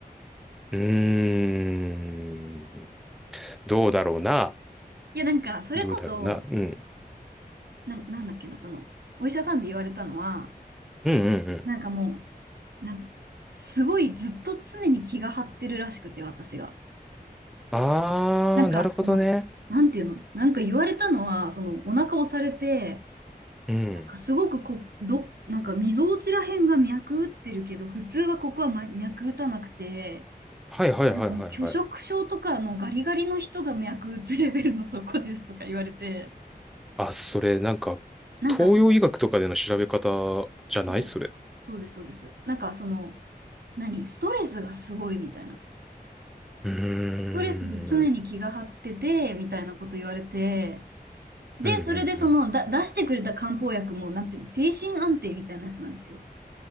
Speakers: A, in the centre; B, on the right.
A: うーん。どうだろうな。
B: いや、なんか、それこそ、
A: どうだろうな。うん。
B: な、なんだっけな、その、お医者さんで言われたのは、
A: うんうんうん。
B: なんかもう、なん、すごいずっと常に気が張ってるらしくて、私が。
A: あー、
B: なんか、
A: なるほどね。
B: その、なんていうの、なんか言われたのは、その、お腹押されて、
A: うん。
B: なんかすごくこ、ど、なんか、みぞおちらへんが脈打ってるけど、普通はここは、ま、脈打たなくて、
A: はいはいはいはいはい。
B: なんかもう拒食症とかのガリガリの人が薬物レベルのとこですとか言われて、
A: あ、それなんか、
B: なんかその、
A: 東洋医学とかでの調べ方じゃないそれ。
B: そう、そうです、そうです。なんかその、何、ストレスがすごいみたいな。ス
A: うーん。
B: トレスで常に気が張ってて、みたいなこと言われて、で、
A: うんうんうん。
B: それでその、だ、出してくれた漢方薬も、なんていうの、精神安定みたいなやつなんですよ。